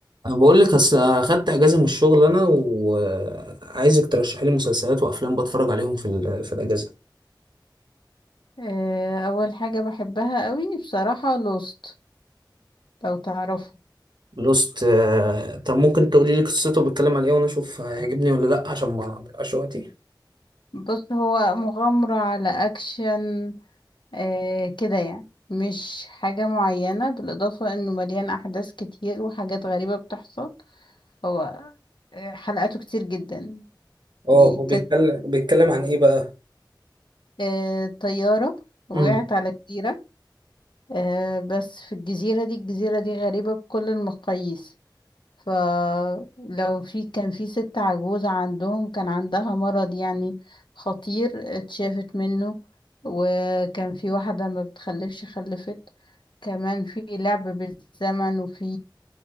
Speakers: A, on the right (about 65°); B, on the left (about 80°).
A: أنا بقول لك اصل اخدت اجازه من الشغل انا وعايزك ترشحي لي مسلسلات وافلام بتفرج عليهم في ال- في الاجازه
B: آه، اول حاجة بحبها قوي بصراحة لوست لو تعرفه
A: لوست آه، طب ممكن تقولي لي قصته بيتكلم عن ايه وانا اشوف هيعجبني ولا لا عشان ما اضيعش وقتي
B: بص هو مغامرة على اكشن آه، كده يعني مش حاجة معينة بالاضافة انه مليان احداث كتير وحاجات غريبة بتحصل هو آه، حلقاته كتير جدا
A: اه
B: دي
A: هو بيتكلم
B: كانت
A: بيتكلم عن ايه بقى
B: آه، طيارة وقعت
A: امم
B: على جزيرة آه، بس في الجزيرة دي الجزيرة دي غريبة بكل المقاييس فلو في كان في ست عجوزة عندهم كان عندها مرض يعني خطير اتشافت منه وكان في واحدة ما بتخلفش خلفت كمان في لعب بالزمن وفي